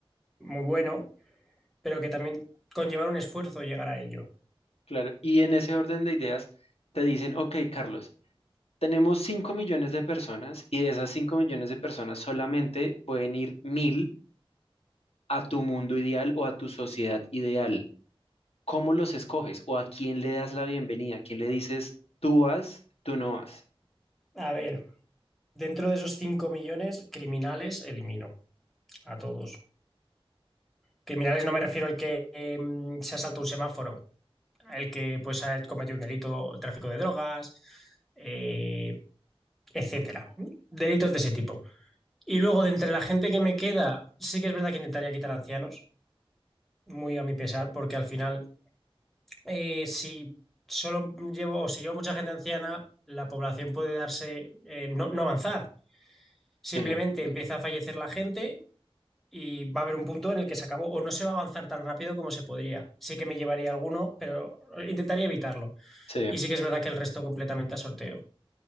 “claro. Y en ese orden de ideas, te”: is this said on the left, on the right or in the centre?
Left